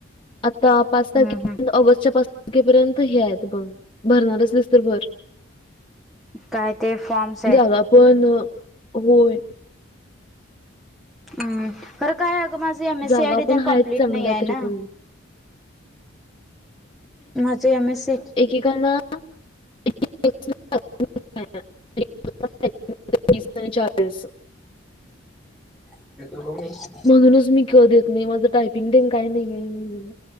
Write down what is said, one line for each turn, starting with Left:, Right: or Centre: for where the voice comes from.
Left: आता पाच तारखे
Centre: हम्म हम्म
Left: ऑगस्टच्या पाच तपर्यंत हे आहेत बघ भरणारच असतीस तर भर.
Centre: काय ते फॉर्म्स आहे?
Left: जागा पण होय
Centre: हम खरं काय अगं माझं एम एस
Left: जागा
Centre: सीआयडी
Left: पण
Centre: तेन
Left: आहेत
Centre: कमप्लीट
Left: चांगल्या
Centre: नाहीये
Left: तरी
Centre: ना.
Left: पण
Centre: माझं एम एस सी
Left: <unintelligible> <inaudible>
Centre: <unintelligible>
Left: म्हणूनच मी क देत नाही. माझं टायपिंग तेन काय नाहीये म्हणून.